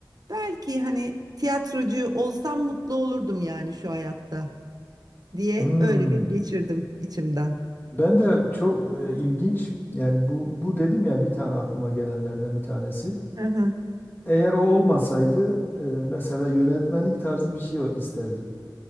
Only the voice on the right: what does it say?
belki hani tiyatrocu olsam mutlu olurdum yani şu hayatta diye
öyle bir geçirdim içimden.
Hı hı.